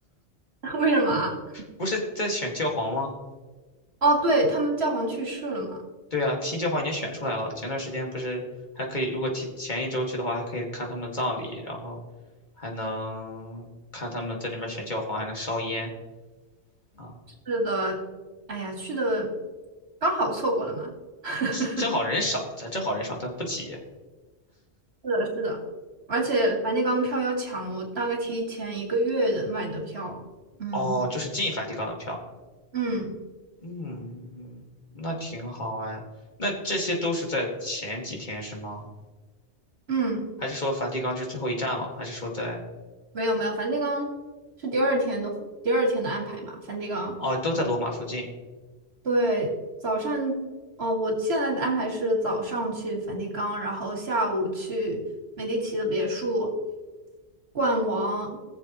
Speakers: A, on the right; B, on the left.
A: <laughs> 为什么啊？
B: 不是在选教皇吗？
A: 哦，对，他们教皇去世了嘛。
B: 对啊，新教皇已经选出来了。前段时间不是还可以，如果提前一周去的话，还可以看他们葬礼，然后还能看他们在里面选教皇，还能烧烟啊。
A: 是的，哎呀，去的刚好错过了嘛。<laughs>
B: 是正好人少，咱正好人少，咱不挤。
A: 是的，是的，而且梵蒂冈的票要抢，我大概提前一个月的买的票。嗯
B: 哦，就是进梵蒂冈的票。
A: 嗯
B: 嗯，那挺好哎。那这些都是在前几天是吗？
A: 嗯，
B: 还是说梵蒂冈就是最后一站了？还是说在……
A: 没有没有，梵蒂冈是第二天的第二天的安排嘛，梵蒂冈
B: 哦，都在罗马附近。
A: 对，早上，哦，我现在的安排是早上去梵蒂冈，然后下午去美第奇的别墅逛完，